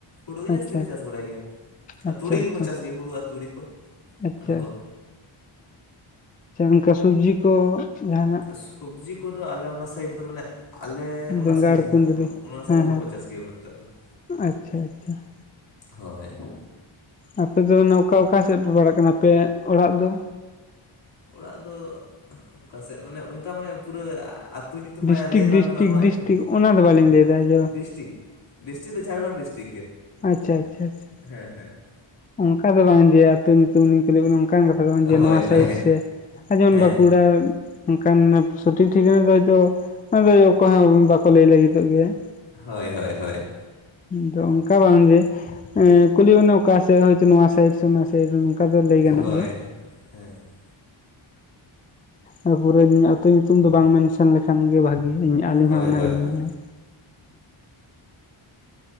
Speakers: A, on the left; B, on the left.
A: ᱦᱩᱲᱩ ᱜᱮ
B: ᱟᱪᱪᱷᱟ
A: ᱡᱟᱹᱥᱛᱤ ᱠᱚ ᱪᱟᱥ ᱵᱟᱲᱟᱭ ᱜᱮᱭᱟ ᱟᱨ
B: ᱟᱪᱪᱷᱟ
A: ᱛᱩᱲᱤ
B: ᱟᱪᱪᱷᱟ
A: ᱠᱚᱠᱚ ᱪᱟᱥ ᱜᱮᱭᱟ ᱦᱩᱲᱩ ᱟᱨ ᱛᱩᱲᱤ ᱠᱚ
B: ᱟᱪᱪᱷᱟ
A: ᱚᱱᱟᱠᱚ ᱾
B: ᱥᱮ ᱚᱱᱠᱟ ᱥᱩᱵᱽᱡᱤ ᱠᱚ ᱡᱟᱦᱟᱱᱟᱜ
A: ᱥᱚᱵᱽᱡᱤ ᱠᱚᱫᱚ ᱟᱞᱮ ᱚᱱᱟ ᱥᱟᱭᱤᱰ ᱫᱚ ᱢᱟᱱᱮ ᱟᱞᱮ ᱚᱱᱟ
B: ᱵᱮᱸᱜᱟᱲ
A: ᱥᱟᱭᱤᱰ ᱡᱟᱦᱟᱸ,
B: ᱠᱩᱸᱫᱽᱨᱤ
A: ᱚᱱᱟ ᱥᱟᱭᱤᱰ
B: ᱦᱮᱸ
A: ᱫᱚ
B: ᱦᱮᱸ
A: ᱵᱟᱠᱚ ᱪᱟᱥ ᱜᱮᱭᱟ ᱩᱱᱟᱹᱜ ᱴᱟᱜ ᱫᱚ ᱾
B: ᱟᱪᱪᱷᱟ ᱟᱪᱪᱷᱟ ᱾
A: ᱦᱳᱭ ᱾
B: ᱟᱯᱮ ᱫᱚ ᱚᱱᱟ ᱚᱠᱟ ᱚᱠᱟ ᱥᱮᱫ ᱯᱮ ᱯᱟᱲᱟᱜ ᱠᱟᱱᱟ ᱟᱯᱮ ᱚᱲᱟᱜ ᱫᱚ?
A: ᱚᱲᱟᱜ ᱫᱚ ᱚᱠᱟ ᱥᱮᱫ ᱢᱟᱱᱮ ᱚᱱᱠᱟ ᱢᱟᱱᱮ ᱯᱩᱨᱟᱹ ᱟᱹ ᱛᱩ ᱧᱩᱛᱩ
B: ᱰᱤᱥᱴᱤᱠ
A: ᱢᱟᱭᱟ ᱞᱟᱹᱭ
B: ᱰᱤᱥᱴᱤᱠ
A: ᱵᱟᱝ ᱜᱟᱱᱚᱜᱼᱟ ᱱᱚᱣᱟ
B: ᱰᱤᱥᱴᱤᱠ
A: ᱮᱯ ᱨᱮᱢᱟ
B: ᱚᱱᱟ ᱫᱚ ᱵᱟᱹᱞᱤᱧ
A: ᱾
B: ᱞᱟᱹᱭᱫᱟ ᱡᱮ
A: ᱰᱤᱥᱴᱤᱠ ᱰᱤᱥᱴᱨᱤᱠ ᱫᱚ ᱡᱷᱟᱲᱜᱨᱟᱢ ᱰᱤᱥᱴᱨᱤᱠ ᱜᱮ ᱾
B: ᱟᱪᱷᱟ ᱟᱪᱪᱷᱟ ᱟᱪᱪᱷᱟ ᱾
A: ᱦᱮᱸ ᱦᱮᱸ ᱾
B: ᱚᱱᱠᱟ ᱫᱚ ᱵᱟᱝ ᱡᱮ ᱟᱹᱛᱩ ᱧᱩᱛᱩᱢ ᱞᱤᱧ ᱠᱩᱞᱤ ᱵᱤᱱᱟ ᱚᱱᱠᱟᱱ ᱠᱟᱛᱷᱟ ᱫᱚ ᱵᱟᱝ ᱡᱮ
A: ᱦᱳᱭ
B: ᱱᱚᱣᱟ
A: ᱦᱳᱭ
B: ᱥᱟᱭᱤᱰ ᱥᱮ ᱟᱨ ᱡᱮᱢᱚᱱ
A: ᱦᱮᱸ
B: ᱵᱟᱸᱠᱩᱲᱟ ᱚᱱᱠᱟᱱ ᱥᱚᱴᱷᱤᱠ ᱴᱷᱤᱠᱱᱟ ᱫᱚ ᱦᱚᱭᱛᱚ ᱚᱱᱟ ᱫᱚ ᱚᱠᱚᱭ ᱦᱚᱸ ᱵᱟᱠᱚ ᱞᱟᱹᱭ ᱞᱟᱹᱜᱤᱫᱚᱜ ᱜᱮᱭᱟ ᱾
A: ᱦᱳᱭ ᱦᱳᱭ ᱦᱳᱭ ᱾
B: ᱫᱚ ᱚᱱᱠᱟ ᱵᱟᱝ ᱡᱮ ᱮ ᱠᱩᱞᱤ ᱢᱚᱱᱮ ᱚᱠᱟ ᱥᱮᱮᱫ ᱦᱚᱭᱛᱚ ᱱᱚᱶᱟ ᱥᱟᱭᱤᱰ ᱥᱮ ᱚᱱᱟ ᱥᱟᱭᱤᱰ ᱱᱚᱝᱠᱟ ᱫᱚ ᱞᱟᱹᱭ ᱜᱟᱱᱚᱜ
A: ᱦᱳᱭ
B: ᱜᱮᱭᱟ ᱾
A: ᱦᱮᱸ ᱦᱮᱸ ᱾
B: ᱟᱫᱚ ᱯᱩᱨᱟᱹ ᱟᱹᱛᱩ ᱧᱩᱛᱩᱢ ᱫᱚ ᱵᱟᱝ ᱢᱮᱱᱥᱮᱱ ᱞᱮᱠᱷᱟᱱ ᱜᱮ ᱵᱷᱟᱜᱤ ᱾ <unintelligible> ᱟᱹᱞᱤᱧ
A: ᱦᱳᱭ
B: ᱦᱚᱸ ᱚᱱᱟ
A: ᱦᱳᱭ
B: ᱜᱮᱞᱤᱧ
A: ᱦᱳᱭ
B: ᱢᱚᱱᱮᱭ ᱾